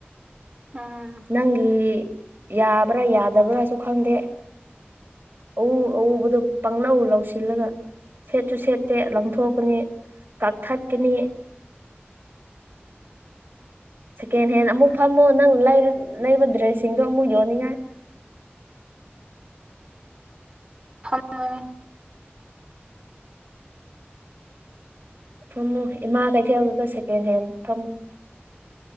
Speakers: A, on the right (about 30°); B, on the right (about 65°).
A: ꯎꯝ
B: ꯅꯪꯒꯤ ꯌꯥꯕ꯭ꯔꯥ ꯌꯥꯗꯕ꯭ꯔꯥꯁꯨ ꯈꯪꯗꯦ ꯑ ꯑꯗꯨ ꯄꯪꯪꯂ ꯂꯧꯥꯎꯁꯤꯜꯂꯒ ꯁꯦꯠꯁꯨ ꯁꯦꯠꯇꯦ ꯂꯪꯊꯣꯛꯀꯅꯤ ꯀꯛꯊꯠꯀꯅꯤ <unintelligible> <inaudible> ꯁꯦꯀꯦꯟ ꯍꯦꯟ ꯑꯃꯨꯛ ꯐꯝꯃꯣ ꯅꯪ ꯂꯩꯕ ꯗ꯭ꯔꯦꯁꯁꯤꯡꯗꯣ ꯑꯃꯨꯛ ꯌꯣꯟꯅꯤꯡꯉꯥꯏ <unintelligible> <inaudible>
A: ꯍ <unintelligible> <inaudible>
B: ꯊꯝꯃꯨ ꯏꯃꯥ ꯀꯩꯊꯦꯜꯗꯨꯗ ꯁꯦꯀꯦꯟ ꯍꯦꯟ ꯐꯝꯃꯨ